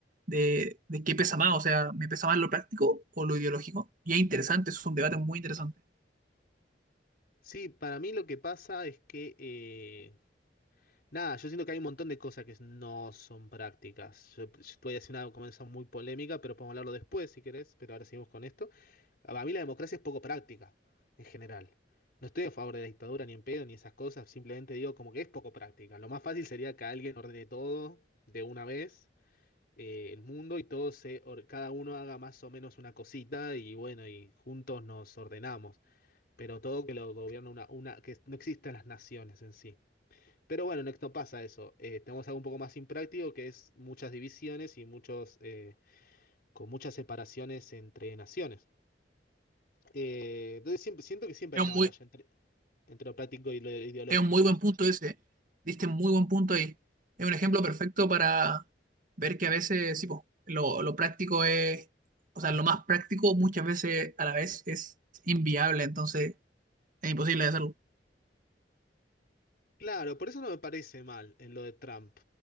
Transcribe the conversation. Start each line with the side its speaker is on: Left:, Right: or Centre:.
Right: de, de qué pesa más, o sea, ¿me pesa más lo práctico o lo ideológico? Y es interesante, es un debate muy interesante.
Left: Sí, para mí lo que pasa es que eh, Nada, yo siento que hay un montón de cosas que no son prácticas. Yo, yo te voy a decir una cosa muy polémica, pero podemos hablarlo después si querés, pero ahora seguimos con esto. A mí la democracia es poco práctica, en general. No estoy a favor de la dictadura ni en pedo ni esas cosas, simplemente digo como que es poco práctica. Lo más fácil sería que alguien ordene todo de una vez, eh, el mundo, y todo se, or- cada uno haga más o menos una cosita y bueno, y juntos nos ordenamos. Pero todo que lo gobierna una, una, que no existan las naciones en sí. Pero bueno, en Next no pasa eso. Eh, tenemos algo un poco más impráctico que es muchas divisiones y muchos eh, con muchas separaciones entre naciones. Eh, entonces siempre, siento que siempre
Right: Es
Left: hay una
Right: un
Left: batalla
Right: muy,
Left: entre, entre lo práctico y lo ideológico.
Right: Es un muy buen punto ese. Diste muy buen punto ahí. Es un ejemplo perfecto para ver que a veces, sí, po, lo, lo práctico es, o sea, lo más práctico muchas veces a la vez es inviable, entonces es imposible de hacerlo.
Left: Claro, por eso no me parece mal en lo de Trump.